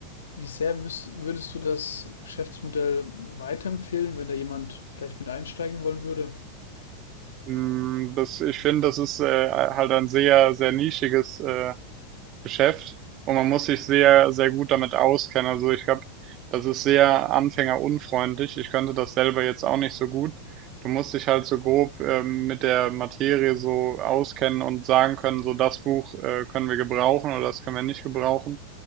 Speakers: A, on the left; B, on the right.
A: Wie sehr würdest du das Geschäftsmodell weiterempfehlen, wenn da jemand vielleicht mit einsteigen wollen würde?
B: Mm, Das, ich finde, das ist äh, halt ein sehr, sehr nischiges äh, Geschäft und man muss sich sehr, sehr gut damit auskennen. Also ich glaube, das ist sehr anfängerunfreundlich. Ich könnte das selber jetzt auch nicht so gut. Du musst dich halt so grob ähm, mit der Materie so auskennen und sagen können, so das Buch äh, können wir gebrauchen oder das können wir nicht gebrauchen.